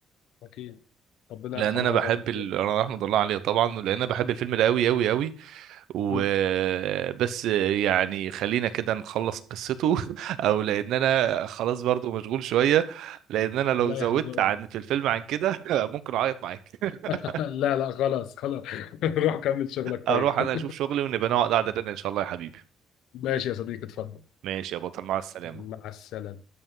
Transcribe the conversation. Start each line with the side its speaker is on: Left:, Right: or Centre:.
Left: اكيد ربنا
Right: لان
Left: يرحمها
Right: انا بحب
Left: يا رب
Right: ال... انا رحمة الله عليه طبعا لان انا بحب الفيلم ده قوي قوي قوي وبس
Left: مم.
Right: يعني خلينا كده نخلص قصته <laughs> او لان انا خلاص برضو مشغول شوية لان انا لو
Left: الله
Right: زودت
Left: يا حبيبي
Right: عن في الفيلم عن كده <laughs> ممكن اعيط معاك <laughs>
Left: <laughs> لا لا خلاص خلاص <laughs> روح كمل شغلك
Right: اروح
Left: طيب
Right: انا اشوف شغلي ونبقى نقعد قعدة تانية ان شاء الله يا حبيبي
Left: <laughs> ماشي يا صديقي اتفضل
Right: ماشي يا بطل مع السلامة
Left: مع السلامة